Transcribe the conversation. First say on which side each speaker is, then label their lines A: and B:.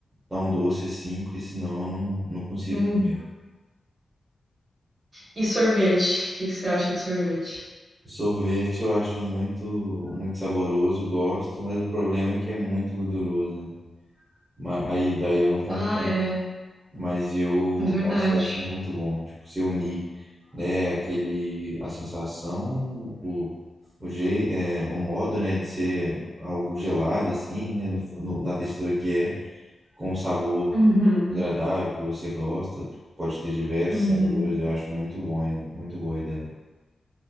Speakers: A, on the right; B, on the right.
A: tão doce assim, porque senão eu não, não consigo
B: Hum,
A: comer.
B: E sorvete? O que que você acha de sorvete?
A: Sorvete eu acho muito muito saboroso, gosto, mas o problema é que é muito gorduroso. né? Mas aí daí eu não como
B: Ah,
A: tanto.
B: é,
A: Mas eu,
B: é verdade.
A: nossa, eu acho muito bom, tipo, se unir, né, aquele, a sensação, o, o, je, é, o modo, né, de ser algo gelado, assim, né, no, no- na textura que é, com um sabor
B: Uhum,
A: agradável que você gosta, que pode ter diversos
B: uhum.
A: sabores, eu acho muito bom, ainda- muito boa a ideia.